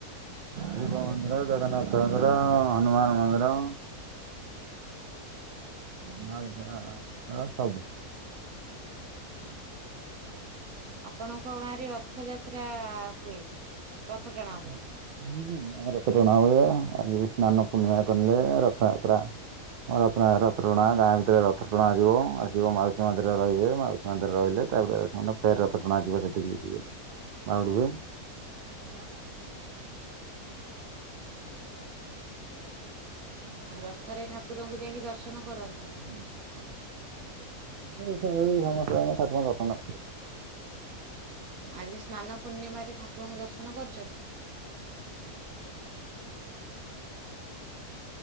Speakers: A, on the right; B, on the right.
A: ଶିବ ମନ୍ଦିର, ଜଗନ୍ନାଥ ମନ୍ଦିର, ହନୁମାନ ମନ୍ଦିର
B: ହୁଁ।
A: ଆ ସବୁ
B: ହଁ ଆପଣଙ୍କ ଗାଁରେ ରଥଯାତ୍ରା ହୁଏ? ରଥ ଟଣା
A: ହ
B: ହୁଏ।
A: ହ ହୁଁ ଆମ ରଥ ଟଣା ହୁଏ ଆଉ ସ୍ନାନ ପୂର୍ଣ୍ଣିମା କଲେ ରଥଯାତ୍ରା ରଥ ରଥଟଣା ହେବ ଗାଁ ଭିତରେ ରଥଟଣା ଯିବ ଆସିବ ଆସିବ ମାଉସୀ ମିରେ ରହିବେ ମାଉସି ସେରେ ରହିଲେ ତାପରେ ସେମାନେ ଫେର ରଥ ଟଣା ଯିବ ସେଠିକି ବାହୁଡିବେ
B: ହ ହ ଓ ରଥରେ ଠାକୁରଙ୍କୁ ଯାଇକି ଦର୍ଶନ କରନ୍ତି?
A: ସ ସମସ୍ୟା ଏ ଣ ଦଶନ <unintelligible>
B: ଆଜି ସ୍ନାନ ପୂର୍ଣ୍ଣିମାରେ ଠାକୁରଙ୍କୁ ଦର୍ଶନ କରୁଛନ୍ତି?
A: ହଁ ହୁ